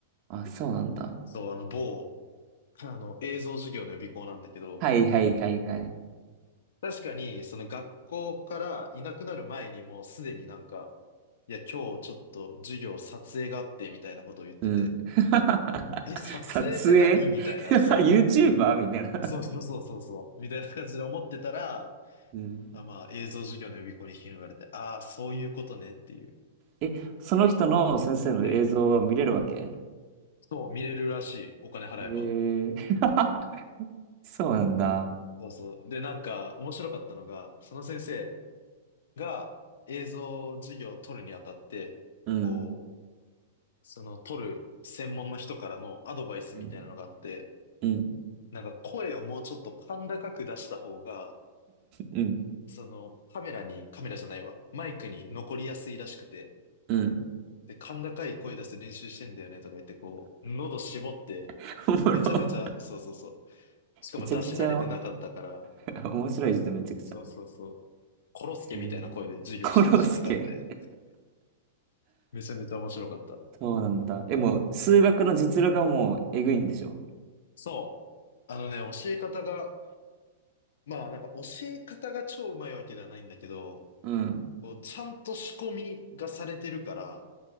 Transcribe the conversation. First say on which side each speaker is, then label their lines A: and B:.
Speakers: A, on the right; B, on the left.
A: あ、そうなんだ。
B: そう、あの、某、<laughs> あの、映像授業の予備校なんだけど、
A: はいはいはいはい。
B: 確かに、その学校からいなくなる前にもうすでになんか、いや、今日ちょっと授業撮影があって、みたいなことを言ってて、
A: うん。<laughs>
B: え、撮影って何みたいな、
A: 撮影 <laughs>
B: そ
A: ?YouTuber? みたいな。
B: う。そうそうそうそうそう、みたいな感じで思ってたら、
A: うん。
B: あ、まあ、映像授業の予備校に引き抜かれて、ああ、そういうことねっていう。
A: え、その人の先生の映像は見れるわけ
B: うん。そう、見れるらしい。お金払えば。
A: ええ <laughs> そうなんだ。
B: そうそう。で、なんか、面白かったのが、その先生が映像授業を取るにあたって、
A: うん、
B: こう、その取る専門の人からのアドバイスみたいなのがあって、
A: うん、うん、
B: なんか声をもうちょっと甲高く出した方が、
A: うん、
B: そのカメラに、カメラじゃないわ、マイクに残りやすいらしくて、
A: うん。
B: で、甲高い声出して練習してんだよねとか言って、こう、喉絞って、
A: <laughs> おもろ。
B: めちゃめちゃ、そうそうそう。しかも出し慣れてなかったから、
A: めちゃくちゃ <laughs> 面白い人めちゃくちゃ。
B: そうそうそう。コロスケみたいな声で授業してる時期があって、
A: うん。コロスケ。
B: めちゃめちゃ面白かった。
A: そうなんだ。え、もう、数学の実力がもう、
B: うん。
A: えぐいんでしょ
B: そう。あのね、教え方が、まあなんか教え方が超うまいわけではないんだけど、
A: うん
B: こう、ちゃんと仕込みがされてるから、